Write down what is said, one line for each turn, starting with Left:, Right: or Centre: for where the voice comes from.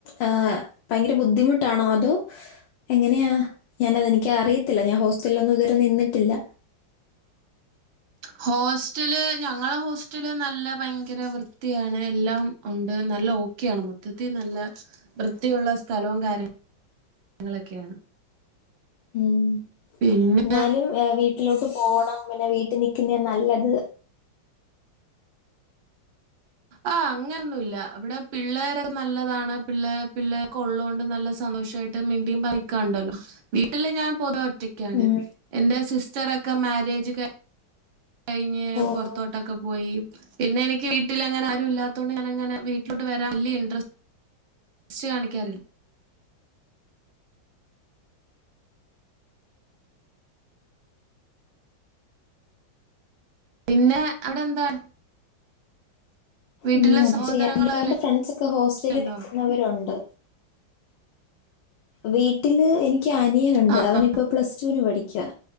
Left: ഏഹ് ഭയങ്കര ബുദ്ധിമുട്ടാണോ അതോ എങ്ങനെയാ ഞാനതെനിക്ക് അറിയ ഇല്ല ഞാൻ ഹോസ്റ്റലിലൊന്നും ഇത് വരെ നിന്നിട്ടില്ല
Right: ഹോസ്റ്റല് ഞങ്ങളെ ഹോസ്റ്റല് നല്ല ഭയങ്കര വൃത്തിയാണ് എല്ലാം ഉണ്ട് നല്ല ഓക്കെയാണ് മൊത്തത്തിൽ നല്ല വൃത്തിയുള്ള സ്ഥലവും കാര്യങ്ങളൊക്കെയാണ്
Left: ഉം
Right: പിന്നെ
Left: ഇന്നാലും വീട്ടിലോട്ട് പോണം പിന്നെ വീട്ടിൽ നിക്കുന്നാ നല്ലത്
Right: ആ അങ്ങനൊന്നുല്ല ഇവിടെ പിള്ളേരൊക്കെ നല്ലതാണ് പിള്ളേർ പിള്ളേരൊക്കെ ഉള്ളത് കൊണ്ട് നല്ല സന്തോഷായിട്ട് മിണ്ടിയും പറിഞ് നിക്കാണ്ടല്ലോ വീട്ടില് ഞാൻ പൊതുവെ ഒറ്റക്ക് റ്റക്കാണ്
Left: ഉം.
Right: എന്റെ സിസ്റ്ററൊക്കെ മാരേജ് കയി കഴിഞ്ഞ്
Left: ഓഹോ
Right: പൊറത്തോട്ടൊക്കെ പോയി പിന്നെ എനിക്ക് വീട്ടില് അങ്ങനെ ആരും ഇല്ലാത്തോണ്ട് ഞാൻ അങ്ങന വീട്ടിലോട്ട് വരാൻ വല്യ ഇൻട്രസ്റ്റ് സ്റ്റ് കാണിക്കാറില്ല പിന്നെ അവിടെ എന്താ വീട്ടില്
Left: ഉം അത്
Right: സഹോദരങ്ങളെല്ലാം
Left: ശരി ന്റെ ഫ്രണ്ട്സ് ഒക്കെ ഹോസ്റ്റലിൽ
Right: ഉണ്ടോ
Left: നിൽക്കുന്നവരുണ്ട് വീട്ടില് എനിക്ക് അനിയനുണ്ട്
Right: ആ
Left: അവനിപ്പോ
Right: ആ
Left: പ്ലസ് ടുവിന് പഠിക്കാ